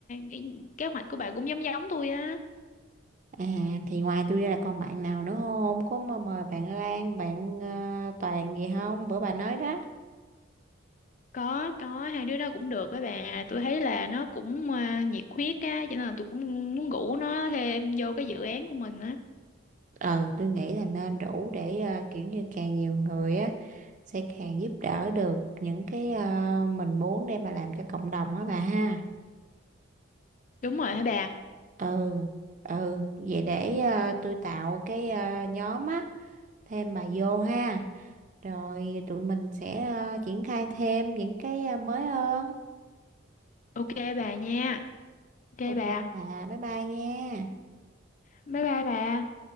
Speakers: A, on the left; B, on the right.
A: cái kế hoạch của bà cũng giống giống tôi á
B: à thì ngoài tôi ra là còn bạn nào nữa không có mà mời bạn Lan bạn à, Toàn gì không bữa bà nói đó
A: có có hai đứa đó cũng được á bà tôi thấy là nó cũng ờ, nhiệt huyết á cho nên là tôi cũng muốn rủ nó thêm vô cái dự án của mình á
B: ừ tôi nghĩ là nên đủ để ờ, kiểu như càng nhiều người á sẽ càng giúp đỡ được những cái ờ, mình muốn để mà làm cho cộng đồng á bà ha
A: đúng rồi hả bà
B: ừ ừ vậy để ờ, tôi tạo cái ờ, nhóm á thêm bà vô ha rồi tụi mình sẽ ờ, triển khai thêm những cái ờ, mới hơn
A: ok bà nha ok
B: ok
A: bà
B: bà bye bye nha
A: bye bye bà